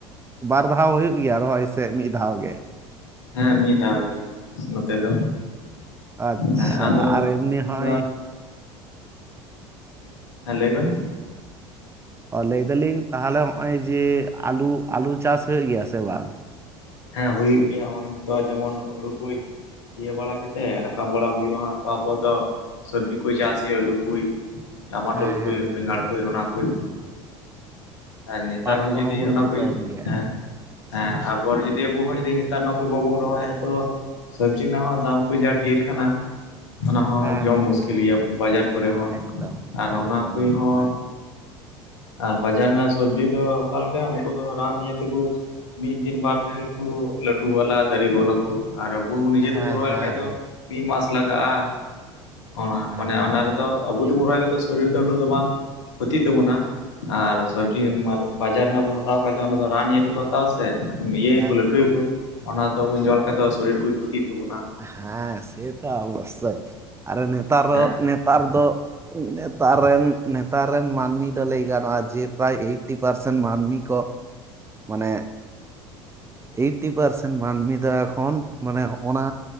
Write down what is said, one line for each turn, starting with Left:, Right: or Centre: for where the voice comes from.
Right: ᱵᱟᱨ ᱫᱷᱟᱣ ᱦᱳᱭᱳᱜ ᱜᱮᱭᱟ ᱨᱚᱦᱚᱭ ᱥᱮ ᱢᱤᱫ ᱫᱷᱟᱣ ᱜᱮ?
Left: ᱦᱮᱸ ᱢᱤᱫ ᱫᱷᱟᱣ ᱜᱮ᱾ ᱱᱚᱛᱮ ᱫᱚ,
Right: ᱟᱪᱪᱷᱟ
Left: ᱦᱮᱸ ᱟᱫᱚ
Right: ᱟᱨ ᱮᱢᱱᱤ ᱦᱚᱸᱜᱼᱚᱭ
Left: ᱟᱫᱚ ᱦᱮᱸ ᱞᱟᱹᱭᱵᱮᱱ?
Right: ᱚ ᱞᱟᱹᱭ ᱫᱟᱞᱤᱧ ᱛᱟᱦᱚᱞᱮ ᱦᱚᱜᱼᱚᱭ ᱡᱮ ᱟᱞᱩ ᱟᱞᱩ ᱪᱟᱥ ᱦᱩᱭᱩᱜ ᱜᱮᱭᱟ ᱥᱮ ᱵᱟᱝ?
Left: ᱦᱮᱸ ᱦᱩᱭᱩᱜ ᱜᱮᱭᱟ ᱚᱜᱚᱭ ᱱᱤᱛᱚ ᱡᱮᱢᱚᱱ ᱦᱩᱲᱩ ᱠᱩ ᱤᱭᱟᱹ ᱵᱟᱲᱟ ᱠᱟᱛᱮᱜ ᱨᱟᱠᱟᱵ ᱵᱟᱲᱟ ᱦᱩᱭᱩᱜᱼᱟ ᱛᱟᱯᱚᱨ ᱫᱚ ᱥᱟᱹᱵᱡᱤ ᱠᱚᱭ ᱪᱟᱥ ᱦᱩᱭᱩᱜ-ᱟ ᱟᱹᱞᱩ ᱠᱩᱭ᱾ ᱴᱟᱢᱟᱴᱳᱚᱞ
Right: ᱦᱮᱸ
Left: ᱠᱩᱭᱩᱜ
Right: ᱦᱮᱸ ᱦᱮᱸ
Left: ᱵᱮᱸᱜᱟᱲ ᱠᱩᱭᱩᱜ ᱚᱱᱟ ᱠᱩᱭ ᱟᱨ ᱱᱮᱛᱟᱨ
Right: ᱯᱟᱴ
Left: ᱦᱚᱸ
Right: ᱠᱚᱦᱚᱸ
Left: ᱡᱩᱫᱤ
Right: ᱵᱳᱫᱷᱚᱭ
Left: ᱚᱱᱟ ᱠᱩᱭ
Right: ᱠᱚ ᱮᱢ ᱜᱮᱭᱟ
Left: ᱦᱮᱸ ᱦᱮᱸ ᱵᱚᱨ ᱡᱫᱤ ᱟᱵᱩ ᱦᱚ ᱡᱩᱫᱤ ᱱᱮᱛᱟᱨ ᱱᱟᱜ ᱫᱚ ᱵᱟᱵᱩ ᱨᱚᱦᱚᱭᱟ ᱛᱚ ᱥᱟᱵᱽᱡᱤ ᱨᱮᱱᱟᱜ ᱦᱚᱸ ᱫᱟᱢ ᱠᱚ ᱡᱟ ᱰᱷᱤᱨ ᱠᱟᱱᱟ᱾ ᱦᱟᱱᱟ ᱦᱚᱸ
Right: ᱦᱮᱸ
Left: ᱡᱚᱢ
Right: ᱦᱮᱸ
Left: ᱢᱩᱥᱠᱤᱞ
Right: ᱦᱮᱸ
Left: ᱜᱮᱭᱟ ᱵᱟᱡᱟᱨ ᱠᱚᱨᱮ ᱦᱚᱸ
Right: ᱮᱠᱫᱚᱢ
Left: ᱟᱨ ᱚᱱᱟ
Right: ᱮᱠᱫᱚᱢ
Left: ᱠᱚᱭ
Right: ᱮᱠᱫᱚᱢ
Left: ᱦᱚᱸ
Right: ᱦᱮᱸ
Left: ᱟᱨ ᱵᱟᱡᱟᱨ ᱨᱮᱱᱟᱜ ᱥᱚᱵᱡᱤ ᱫᱚ ᱚᱠᱟᱞᱮᱠᱟ ᱩᱱᱠᱩ ᱫᱚ ᱨᱟᱱ ᱤᱭᱟᱹ ᱛᱮᱠᱚ ᱢᱤᱫ ᱛᱤᱱ ᱵᱟᱨ ᱛᱮᱜᱮ ᱠᱚ ᱞᱟᱹᱴᱩ ᱜᱚᱞᱟ ᱫᱟᱨᱤ ᱜᱚᱞᱚ ᱠᱚ ᱟᱨ ᱟᱵᱚ ᱱᱤᱡᱮ
Right: ᱦᱮᱸ
Left: ᱛᱮᱵᱚ ᱨᱚᱦᱚᱭ
Right: ᱦᱮᱸ
Left: ᱞᱮᱠᱷᱟᱡ ᱫᱚ
Right: ᱦᱮᱸ
Left: ᱢᱤᱜ ᱢᱟᱥ ᱞᱟᱜᱟᱜᱼᱟ ᱚᱱᱟ ᱚᱱᱮ
Right: ᱦᱮᱸ
Left: ᱚᱱᱟ
Right: ᱦᱮᱸ
Left: ᱨᱮᱫᱚ ᱟᱵᱩ
Right: ᱴᱷᱤᱠ
Left: ᱛᱮᱵᱩ ᱨᱚᱦᱚᱭ ᱠᱟᱫᱟ ᱥᱮ᱾ ᱥᱚᱨᱤᱨ ᱫᱚ ᱩᱱᱟᱹᱜ ᱫᱚ ᱵᱟᱝ ᱠᱷᱚᱛᱤᱜ ᱛᱟᱵᱚᱱᱟ ᱟᱨ ᱥᱚᱵᱡᱤ
Right: ᱮᱠᱫᱚᱢ
Left: ᱵᱟᱡᱟᱨ ᱨᱮᱱᱟᱜ ᱵᱚᱱ ᱦᱟᱛᱟᱣ ᱠᱷᱟᱡ ᱫᱚ ᱚᱱᱟ ᱫᱚ ᱨᱟᱱ ᱤᱭᱟᱹ ᱛᱮᱠᱚ ᱦᱟᱛᱟᱣᱟ ᱥᱮ ᱤᱭᱟᱹᱭᱟᱠᱩ
Right: ᱮᱠᱫᱚᱢ
Left: ᱞᱟᱹᱴᱩᱭ ᱭᱟᱠᱚ᱾ ᱚᱱᱟ ᱫᱚᱵᱚᱱ ᱡᱚᱞ ᱞᱮᱠᱷᱟᱡ ᱫᱚ ᱥᱚᱨᱤᱨ ᱠᱩ ᱠᱷᱚᱛᱤᱜ ᱛᱟᱵᱚᱱᱟ
Right: ᱦᱮᱸ ᱥᱮᱛᱚ ᱚᱵᱚᱥᱥᱳᱭ ᱟᱨ ᱱᱮᱛᱟᱨ ᱫᱚ
Left: ᱦᱮᱸ
Right: ᱱᱮᱛᱟᱨ ᱫᱚ ᱱᱮᱛᱟᱨ ᱨᱮᱱ, ᱱᱮᱛᱟᱨ ᱨᱮᱱ ᱢᱟᱹᱱᱢᱤ ᱫᱚ ᱞᱟᱹᱭ ᱜᱟᱱᱚᱜᱼᱟ ᱡᱮ ᱯᱨᱟᱭ ᱮᱭᱴ ᱴᱤ ᱯᱟᱨᱥᱮᱱ ᱢᱟᱹᱱᱢᱤ ᱠᱚ ᱢᱟᱱᱮ ᱮᱭᱤᱴᱤ ᱯᱟᱨᱥᱮᱱ ᱢᱟᱹᱱᱢᱤ ᱫᱚ ᱮᱠᱷᱚᱱ ᱢᱟᱱᱮ ᱚᱱᱟ